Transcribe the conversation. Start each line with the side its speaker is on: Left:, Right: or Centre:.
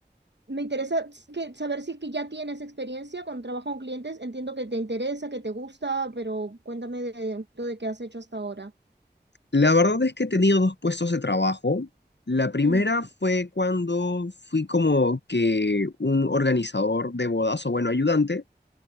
Right: me interesa que, saber si es que ya tienes experiencia con trabajo con clientes. Entiendo que te interesa, que te gusta, pero cuéntame de, de qué has hecho hasta ahora.
Left: La verdad es que he tenido dos puestos de trabajo. La primera
Right: Ujú,
Left: fue cuando fui como que un organizador de bodas, o bueno, ayudante.